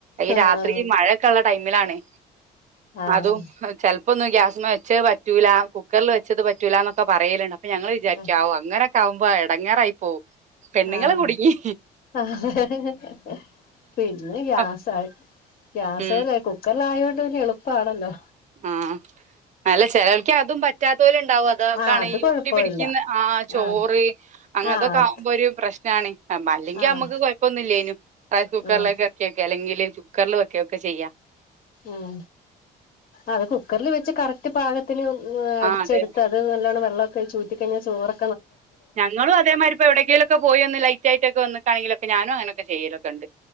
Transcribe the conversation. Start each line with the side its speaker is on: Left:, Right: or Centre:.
Right: ഈ
Left: ആഹ്
Right: രാത്രി മഴൊക്കെള്ള ടൈമിലാണ്
Left: ആഹ്
Right: അതും ചെൽപ്പൊന്നു യ്യ വെച്ചത് പറ്റൂല കുക്കറിൽ വെച്ചത് പറ്റൂല ന്നൊക്കെ പറയല്ണ്ട് അപ്പൊ ഞങ്ങള് വിചാരിക്
Left: ആഹ്
Right: ആവു അങ്ങനൊ ആവുമ്പോൾ എടങ്ങാറായിപ്പോവും പെണ്ണുങ്ങള്
Left: ആഹ്
Right: കുടുങ്ങി
Left: <unintelligible> പിന്നെ ഗ്യാസായി
Right: അഹ്
Left: ഗ്യാസല്ലേ
Right: ഉം
Left: കുക്കറില ആയൊണ്ട് പിന്നെ എളുപ്പമാണല്ലോ
Right: ആഹ് അല്ല ചെലർക്ക് അതും പറ്റാത്തോല് ഇണ്ടാവും അത
Left: ആഹ്
Right: കാണ്
Left: അത്
Right: ഈ
Left: കൊഴപ്പവില്ല
Right: ഉട്ടി പിടിക്കുന്ന ആ ചോറ്
Left: ആഹ്
Right: അങ്ങനത്തൊക്കെ
Left: ആഹ്
Right: ആകുമ്പോ ഒരു പ്രശ്നാണ് അ അല്ലെങ്കിൽ
Left: ആഹ്
Right: നമുക്ക് കുഴപ്പമൊന്നില്ലേന റൈസ് കുക്കറിലേക്ക
Left: ആഹ്
Right: ഇറക്കി വെക്കേ അല്ലെങ്കിൽ കുക്കറിൽ വക്കൊക്കെ ചെയ്യ
Left: ഉം അത് കുക്കറിൽ വെച്ച് കറക്റ്റ് പാകത്തിന് അടിച്ചെടുത്ത്
Right: ആഹ് അതെ.
Left: അത് നല്ലോണം വെള്ളക്കൊഴിചൂറ്റി കഴിഞ്ഞാ ചോറൊ
Right: ഞങ്ങളും അതേമാരിപ്പൊ എവടേങ്കേലൊക്കെ പോയി ഒന്ന് ലൈറ്റ് ആയിട്ടൊക്കെ വന്നക്കാണെങ്കിലൊ ഞാനും അങ്ങനൊക്കെ ചെയ്യലൊക്കെണ്ട്